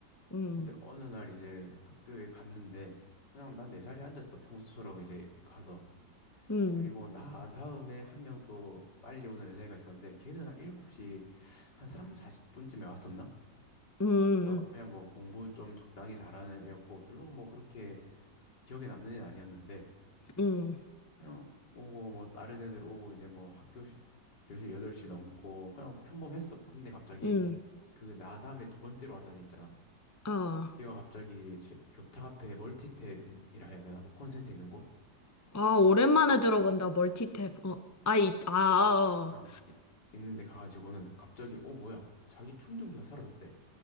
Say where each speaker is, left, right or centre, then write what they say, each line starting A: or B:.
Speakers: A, on the left (about 25°); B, on the left (about 70°).
A: 음,
B: 근데 어느 날 이제 학교에 갔는데 그냥 난 내 자리에 앉았어. 평소처럼 이제 가서.
A: 음,
B: 그리고 나 다음에 한 명 또 빨리 오는 여자애가 있었는데 걔는 한 7시 한 3, 40분쯤에 왔었나?
A: 음,
B: 그래서 그냥 뭐 공부 좀 적당히 잘하는 애였고 별로 뭐 그렇게 기억에 남는 애는 아니었는데
A: 음,
B: 그냥 오고 뭐 다른 애들 오고 이제 뭐 학교 시- 1시여 8시 넘고 그냥 평범했어. 근데 갑자기
A: 음.
B: 그 나 다음에 두 번째로 왔다는 애 있잖아.
A: 아,
B: 얘가 갑자기 지- 교탁 앞에 멀티탭이라 해야 되나? 그 콘센트 있는 곳?
A: 아, 오랜만에 들어본다. 멀티탭. 어, 아이, 아, 아, 어.
B: 아, 이- 있는데 가가지고는 갑자기 어 뭐야? 자기 충전기가 사라졌대.